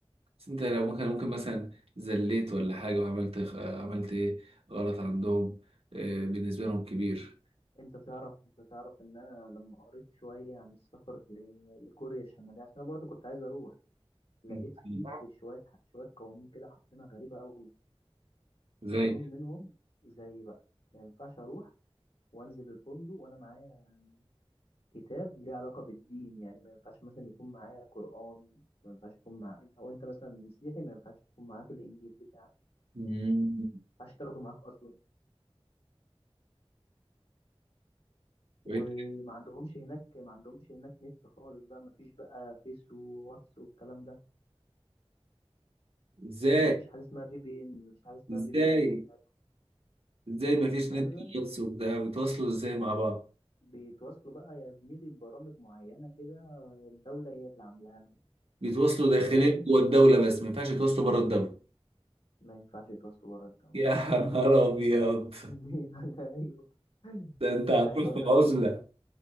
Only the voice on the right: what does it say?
بس انت لو ممكن ممكن مثلا زليت ولا حاجة وعملت عملت ايه غلط عندهم آه بالنسبة لهم كبير
<laughs>
مم.
زي
مم.
طب إيه؟
ازاي
ازاي
ازاي مفيش
نت
واتس
وبتاع بيتواصلوا ازاي مع بعض
بيتواصلوا داخليا
جوه الدولة بس ما ينفعش يتواصلوا بره الدولة
<laughs> يا نهار ابيض
ده انت
هتروح
في
عزلة